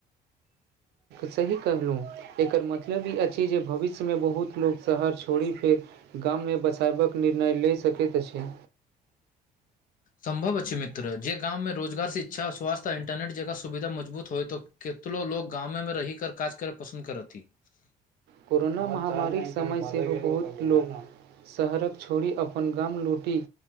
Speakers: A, on the right; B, on the left.
A: सही कहलहुँ। एकर मतलब ई अछि जे भविष्यमे बहुत लोक शहर छोड़ि फेर गाममे बसायबाक निर्णय लऽ सकैत अछि।
B: सम्भव अछि मित्र जे गाममे रोजगार शिक्षा स्वास्थ्य आ इन्टरनेट जकाँ सुविधा मजबूत होय तऽ केतलो लोग गामे रहि कऽ काज करब पसन्द करथि
A: कोरोना महामारीक समय सेहो बहुत लोक शहर छोड़ि अपन गाम लौटि